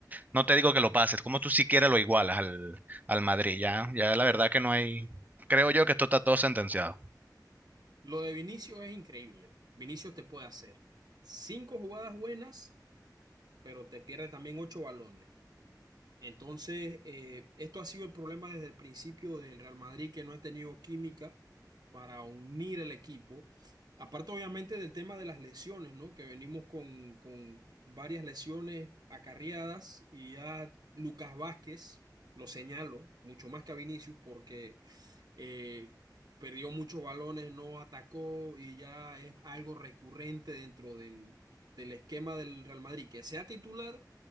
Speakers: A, on the right; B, on the right.
A: no te digo que lo pases, como tú siquiera lo igualas al, al Madrid, ya, ya la verdad que no hay, creo yo que esto está todo sentenciado.
B: Lo de Vinicius es increíble. Vinicius te puede hacer cinco jugadas buenas, pero te pierde también ocho balones. Entonces, eh, esto ha sido el problema desde el principio del Real Madrid, que no ha tenido química para unir el equipo. Aparte, obviamente, del tema de las lesiones, ¿no? Que venimos con, con varias lesiones acarreadas y ya Lucas Vázquez, lo señalo, mucho más que a Vinicius, porque eh, perdió muchos balones, no atacó y ya es algo recurrente dentro del, del esquema del Real Madrid, que sea titular